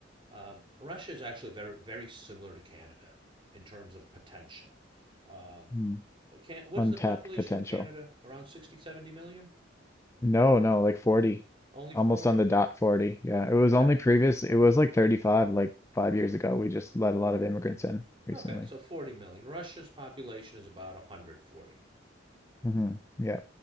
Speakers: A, on the right (about 25°); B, on the left (about 15°).
A: Um, Russia is actually very, very similar to Canada in terms of potential. Um,
B: Hmm.
A: can, what
B: Untapped
A: is the population
B: potential.
A: of Canada? Around sixty, seventy million?
B: No, no, like 40.
A: Only 40?
B: Almost on the dot 40. Yeah, it was
A: Okay.
B: only previous, it was like 35, like five years ago. We just let a lot of immigrants in recently.
A: Okay, so 40 million. Russia's population is about 140.
B: hmm Yeah,